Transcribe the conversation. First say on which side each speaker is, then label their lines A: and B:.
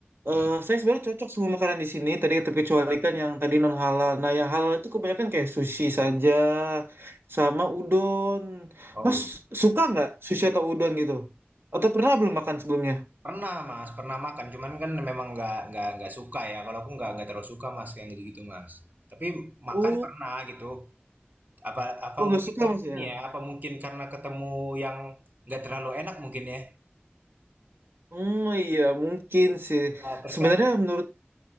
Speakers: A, on the right; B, on the right.
A: eh,
B: Hmm.
A: saya sebenarnya cocok semua makanan di sini tadi terkecualikan yang tadi non halal nah yang halal itu kebanyakan kayak sushi saja sama udon
B: oh
A: mas
B: udah.
A: suka nggak sushi atau udon gitu atau pernah belum makan sebelumnya
B: Pernah Mas, pernah makan, cuman kan memang nggak nggak nggak suka ya, kalau aku nggak nggak terlalu suka Mas, yang gitu-gitu Mas. Tapi makan
A: oh
B: pernah gitu, apa apa
A: oh nggak
B: mungkin
A: suka mas ya
B: ini ya, apa mungkin karena ketemu yang nggak terlalu enak mungkin ya?
A: hmm iya mungkin sih
B: Iya, terus
A: sebenarnya
B: kan
A: menurut